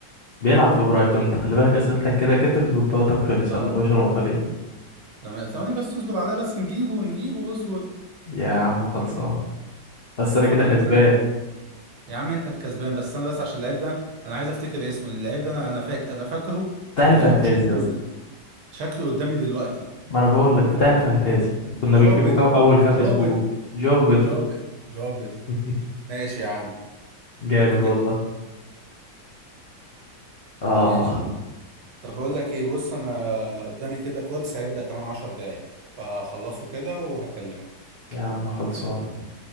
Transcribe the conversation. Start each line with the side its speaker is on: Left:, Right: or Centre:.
Left: بيلعب في برايتون انت خلي بالك أسئلتك كده كترت وانت وقتك خلص
Right: اه
Left: يلا يا باشا نقطة ليه
Right: تمام ثواني بس اصبر عليه بس نجيبه نجيبه اصبر
Left: يا عم خلصان بس أنا
Right: استنى
Left: كده كسبان
Right: بس أنا عايز- يا عم انت الكسبان بس استنى بس عشان اللعيب ده انا عايز افتكر اسمه لأن اللعيب ده انا انا فاك انا فاكره
Left: بتاع
Right: وشكله
Left: الفانتازيا
Right: قد- شكله قدامي دلوقتي
Left: ما انا بقول لك بتاع الفانتازي كنا
Right: جواو
Left: بنجيبه
Right: بيدرو
Left: كو- اول كام
Right: جواو
Left: اسبوع
Right: بيدرو
Left: جاو بيدرو
Right: جواو بيدرو جواو بيدرو
Left: <laughs>
Right: ماشي يا عم
Left: جامد
Right: انت
Left: والله
Right: ك-
Left: اه
Right: ماشي طب بقول لك ايه بص انا قدامي كده كورس هيبدأ كمان عشر دقايق فخلصه كده وهكلمك
Left: يا عم خلصان